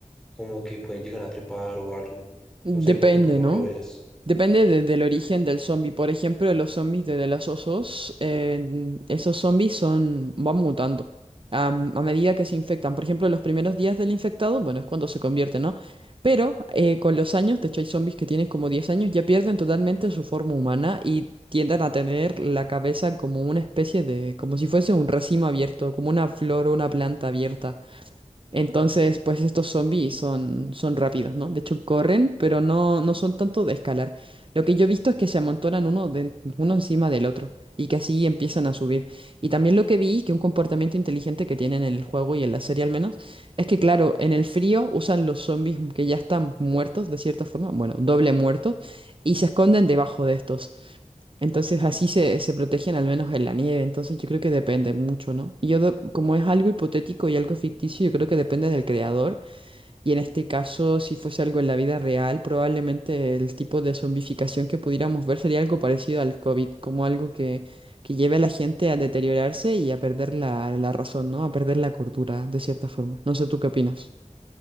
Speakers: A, in the centre; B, on the right (about 40°).
A: como que pueden llegar a trepar o algo.
B: Depende,
A: No sé, de pronto tú cómo
B: ¿no?
A: lo veas.
B: Depende de- del origen del zombie. Por ejemplo, los zombies de The Last of Us, eh, esos zombies son, van mutando am- a, medida que se infectan. Por ejemplo, los primeros días del infectado, bueno, es cuando se convierte, ¿no? Pero eh, con los años, de hecho hay zombies que tienen como 10 años, ya pierden totalmente su forma humana y tienden a tener la cabeza como una especie de, como si fuese un racimo abierto, como una flor o una planta abierta. Entonces, pues estos zombies son, son rápidos, ¿no? De hecho, corren, pero no, no son tanto de escalar. Lo que yo he visto es que se amontonan uno, de, uno encima del otro y que así empiezan a subir. Y también lo que vi, que un comportamiento inteligente que tienen en el juego y en la serie al menos, es que claro, en el frío usan los zombies que ya están muertos de cierta forma, bueno, doble muertos, y se esconden debajo de estos. Entonces así se, se protegen al menos en la nieve, entonces yo creo que depende mucho, ¿no? Y yo, de- como es algo hipotético y algo ficticio, yo creo que depende del creador, y en este caso, si fuese algo en la vida real, probablemente el tipo de zombificación que pudiéramos ver sería algo parecido al COVID, como algo que, que lleve a la gente a deteriorarse y a perder la, la razón, ¿no? A perder la cordura, de cierta forma. No sé, ¿tú qué opinas?